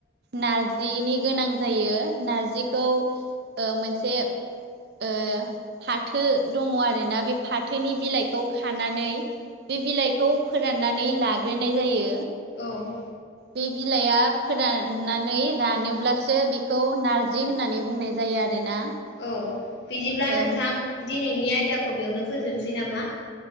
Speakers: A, on the right (about 60°); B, on the left (about 70°).
A: नारजिनि गोनां जायो नारजिखौ ओ मोनसे ओ फाथो दङ आरोना बे फाथोनि बिलाइखौ खानानै बे बिलाइखौ फोराननानै लाग्रोनाय जायो
B: औ
A: बे बिलाइआ फोराननानै रानोब्लासो बेखौ नारजि होननानै बुंनाय जायो आरोना
B: औ बिदिब्ला
A: ओम
B: नोंथां दिनैनि आयदाखौ बेयावनो फोजोबनोसै नामा